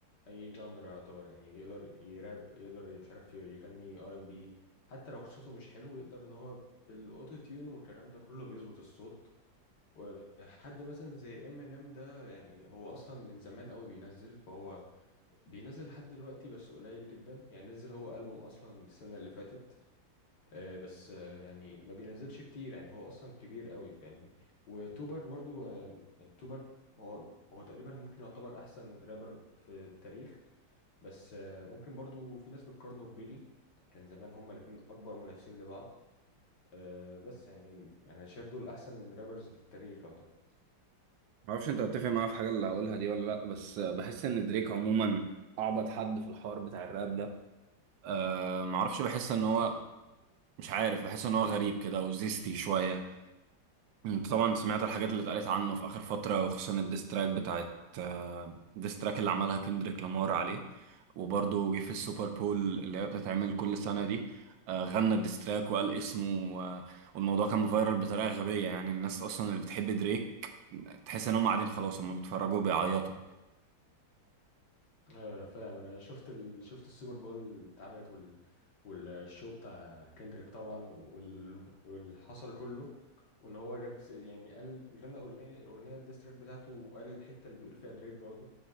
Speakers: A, on the left (about 65°); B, on the right (about 85°).
A: اي جانر يعتبر يعني يقدر يراب يقدر مش عارف يغني ار ام بي حتى لو صوته مش حلو يقدر ان هو بالاوتو تيون والكلام ده كله بيظبط الصوت وحد مثلا زي ام ان ام ده يعني هو اصلا من زمان قوي بينزل فهو بينزل لحد دلوقتي بس قليل جدا يعني نزل هو البوم اصلا السنه اللي فاتت آه، بس آه، يعني ما بينزلش كتير يعني هو اصلا كبير قوي فاهمني وتوبر برضو آه، يعني توبر هو هو تقريبا ممكن يعتبر احسن رابر في التاريخ بس آه، ممكن برضو في ناس بتقارنه ببيلي كان زمان هما الاتنين اكبر منافسين لبعض آه، بس يعني انا شايف دول احسن رابرز في التاريخ يعتبر
B: معرفش انت هتتفق معايا في حاجه اللي هقولها دي ولا لا بس بحس ان دريك عموما اعبط حد في الحوار بتاع الراب ده أه معرفش بحس ان هو مش عارف بحس ان هو غريب كده وزيستي شويه يعني انت طبعا سمعت الحاجات اللي اتقالت عنه في اخر فتره وخصوصا الديستراك بتاعت آه، الديستراك اللي عملها كندريك لامار عليه وبرضه جه في السوبر بول اللي هي بتتعمل كل سنه دي آه، غنى الديستراك وقال اسمه آه، والموضوع كان مفيرال بطريقه غبيه يعني الناس اصلا اللي بتحب دريك تحس ان هم قاعدين خلاص هم بيتفرجوا بيعيطوا
A: ايوه انا فاهم انا شفت ال... شفت السوبر بول اللي اتعملت وال... والشو بتاع كندريك طبعا وال... واللي حصل كله وان هو جاب س- يعني قال غنى اغنيه الاغنيه الديستريت بتاعته وقال الحته اللي بيقول فيها دريك برضه